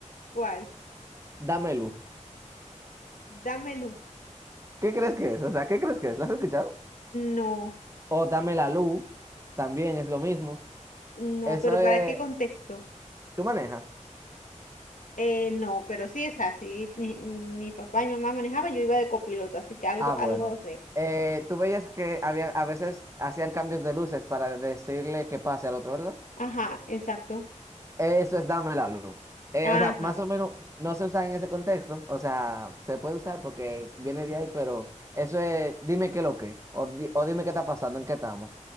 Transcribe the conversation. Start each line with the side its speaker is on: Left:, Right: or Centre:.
Left: ¿Cuál?
Right: Dame luz.
Left: Dame luz.
Right: ¿Qué crees que es? O sea, ¿qué crees que es? ¿La has escuchado?
Left: No,
Right: O dame la luz. También es lo mismo.
Left: no,
Right: Eso
Left: pero
Right: es.
Left: ¿para qué contexto?
Right: ¿Tú manejas?
Left: Eh, no, pero sí es así. Mi, mi papá y mi mamá manejaban, yo iba de copiloto, así que algo,
Right: Ah, bueno.
Left: algo sé.
Right: Eh, tú veías que había, a veces hacían cambios de luces para decirle que pase al otro, ¿verdad?
Left: Ajá, exacto.
Right: Eso es dame la luz. Eh,
Left: Ajá.
Right: o sea, más o menos no se usa en ese contexto. O sea, se puede usar porque viene de ahí, pero eso es dime qué lo que. O, di- o dime qué está pasando, en qué estamos.